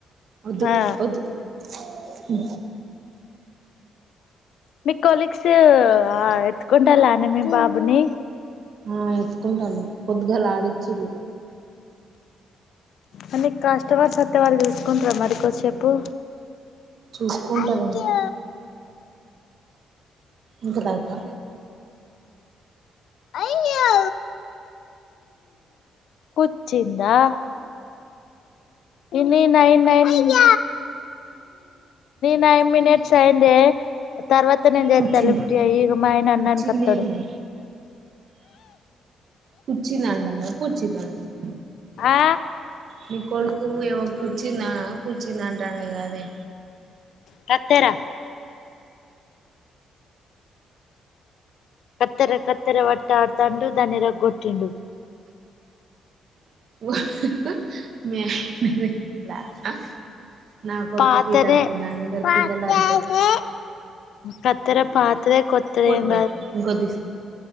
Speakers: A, on the right; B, on the left.
A: వద్దు
B: ఆ
A: వద్దు హు
B: మీ కొలీగ్స్ ఎత్తుకుంటారా మీ బాబుని
A: ఆ ఎత్తుకుంటాళ్లు పొద్దుగాల ఆడిచ్చిళ్ళు
B: అనీ కస్టమర్ వత్తే వాళ్ళు తీసుకుంటార మరి కొసేపు
A: చూసుకుంటారు
B: అయ్యో
A: ఇంకా దాకా
B: అయ్యో కుచ్చిందా ఇన్ని నైన్ నైన్ నిది నైన్ మినిట్స్ అయింది, తర్వాత ఫాస్ట్ నేను చేస్తా
A: కుర్చీ
B: లిఫ్టీి చేయి ఈగ మాయన
A: కుర్చీలేమి
B: అన్ననికి వతాడు,
A: కుచ్చి దంటను కుచ్చి దంటను
B: ఆ
A: నీ కొడుకు ఏమో కూచ్చినా కూచ్చినా అంటే అంటాడు కాదే
B: కత్తేర కత్తెర కత్తెర పట్టి ఆడుతాండు దాని ఇరగా కొటిండు,
A: <unintelligible>
B: పాతదే
A: తీట అనుకున్నా అందరు
B: పాతదే
A: పిల్లలు అంతే
B: కత్తేరా ప కొత్త కొత్తది
A: పోతమే
B: ఏం
A: ఇంకోటి తీసుకో